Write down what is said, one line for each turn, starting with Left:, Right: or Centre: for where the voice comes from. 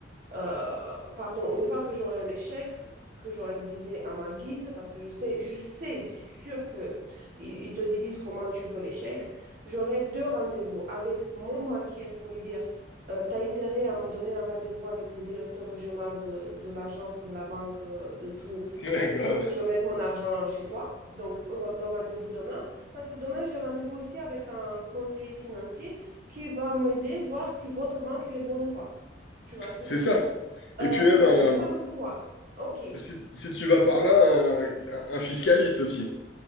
Right: euh, pardon, une fois que j'aurai l'échec que j'aurai divisé à ma guise, parce que je sais, je sais, je suis sûre que il ils te divise comment tu veux l'échec. j'aurai deux rendez-vous avec mon banquier pour lui dire, euh, t'as intérêt à me donner un rendez-vous avec le directeur régional de, de l'agence, de la banque, euh, de tout,
Left: <laughs> Ouais,
Right: si tu
Left: grave.
Right: veux que je mette mon argent chez toi. Donc, euh, le rendez-vous demain, parce que demain, j'ai rendez-vous aussi avec un conseiller financier qui va m'aider voir si votre banque elle est bonne ou pas. Tu vois ce que
Left: C'est
Right: je veux
Left: ça.
Right: dire? Euh,
Left: Et puis même,
Right: et
Left: euh,
Right: après, tu as le pouvoir. OK,
Left: si, si tu vas par là, un, un- un fiscaliste aussi.